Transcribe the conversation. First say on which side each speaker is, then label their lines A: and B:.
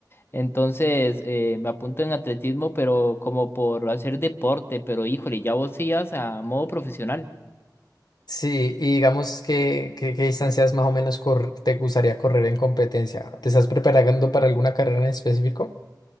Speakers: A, on the left; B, on the left.
A: entonces eh, me apunto en atletismo, pero como por hacer deporte, pero híjole, ya vos sí ibas a modo profesional.
B: Sí, y digamos que, que- qué distancias más o menos cor- te gustaría correr en competencia. ¿Te estás preparando para alguna carrera en específico?